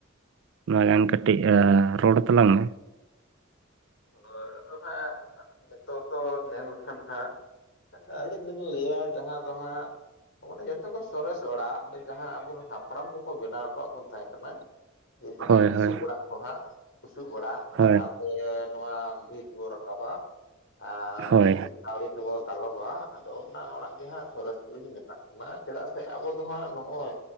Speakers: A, on the right; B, on the left.
A: ᱢᱟᱲᱟᱱ ᱠᱟᱹᱴᱤᱡ ᱨᱚᱲ ᱟᱛᱟᱞᱟᱝ ᱢᱮ᱾
B: ᱦᱳᱭ ᱟᱫᱚ ᱦᱟᱸᱜ ᱱᱤᱛᱚᱜ ᱫᱚ ᱧᱮᱞ ᱞᱮᱠᱷᱟᱱ ᱦᱟᱸᱜ ᱟᱹᱞᱤᱧ ᱫᱩᱱᱤᱧ ᱞᱟᱹᱭᱟ ᱡᱟᱦᱟᱸ ᱫᱚ ᱦᱟᱸᱜ ᱚᱱᱮ ᱡᱷᱚᱛᱚ ᱠᱷᱚᱱ ᱥᱚᱨᱮᱥ ᱚᱲᱟᱜ ᱡᱟᱦᱟᱸ ᱟᱵᱚᱨᱮᱱ ᱦᱟᱯᱲᱟᱢ ᱠᱚᱠᱚ ᱵᱮᱱᱟᱣ ᱦᱚᱴᱚᱣᱟᱜ ᱵᱚᱱ ᱛᱟᱦᱮᱸ ᱠᱟᱱᱟ
A: <unintelligible>
B: ᱮ ᱡᱟᱦᱟᱸ ᱵᱩᱥᱩᱵ
A: ᱦᱳᱭ
B: ᱚᱲᱟᱜ ᱠᱚ ᱦᱟᱸᱜ, ᱵᱩᱥᱩᱵ ᱚᱲᱟᱜ, ᱦᱟᱥᱟ
A: ᱦᱳᱭ
B: ᱛᱮ ᱱᱚᱣᱟ ᱵᱷᱤᱛ ᱵᱚᱱ ᱨᱟᱠᱟᱵᱟ ᱟᱨ
A: ᱦᱳᱭ
B: ᱵᱩᱥᱩᱵ ᱠᱟᱹᱣᱲᱤ ᱛᱮᱵᱚᱱ ᱫᱟᱞᱚᱵᱼᱟ᱾ ᱟᱫᱚ ᱚᱱᱟ ᱚᱲᱟᱜ ᱜᱮ ᱦᱟᱸᱜ ᱥᱚᱨᱮᱥ ᱫᱩᱞᱤᱧ ᱢᱮᱛᱟᱜ ᱠᱟᱱᱟ᱾ ᱪᱮᱫᱟᱜ ᱥᱮ ᱟᱵᱚ ᱫᱚ ᱦᱟᱸᱜ ᱱᱚᱜᱼᱚᱭ